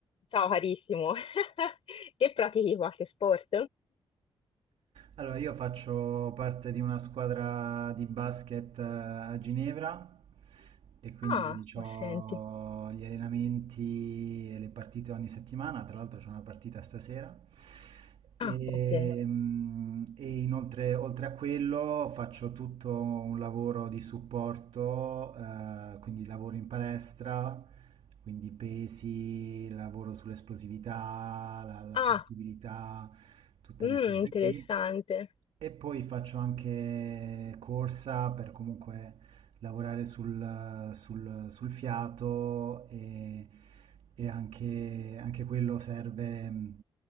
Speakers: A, on the left (about 65°); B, on the right (about 85°).
A: Ciao carissimo, <laughs> che pratichi qualche sport?
B: Allora, io faccio parte di una squadra di basket eh, a Ginevra e quindi
A: Ah, ma
B: ho
A: senti.
B: gli allenamenti e le partite ogni settimana, tra l'altro c'è una partita stasera. E,
A: Ah, ok.
B: mm, e inoltre, oltre a quello, faccio tutto un lavoro di supporto, eh, quindi lavoro in palestra, quindi pesi, lavoro sull'esplosività, la la
A: Ah,
B: flessibilità, tutte
A: mm,
B: queste cose
A: interessante.
B: qui. E poi faccio anche corsa per comunque lavorare sul, sul- sul fiato e, e anche, anche quello serve mh,